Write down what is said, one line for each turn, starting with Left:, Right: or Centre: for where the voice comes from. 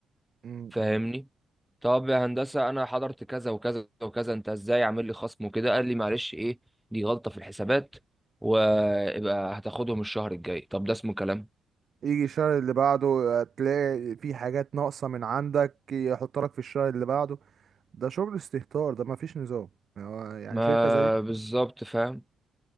Right: م-
Centre: فاهمني
Right: م.
Centre: طب يا هندسة أنا حضرت كذا وكذا وكذا أنت إزاي عامل لي خصم وكده قال لي معلش إيه دي غلطة في الحسابات ويبقى هتاخدهم الشهر الجاي طب ده اسمه كلام
Right: يجي الشهر اللي بعده آه، تلاقي في حاجات ناقصة من عندك يحط لك في الشهر اللي بعده ده شغل استهتار ده مفيش نظام يعني هو يعني
Centre: ما
Right: شركة زي دي
Centre: بالظبط فاهم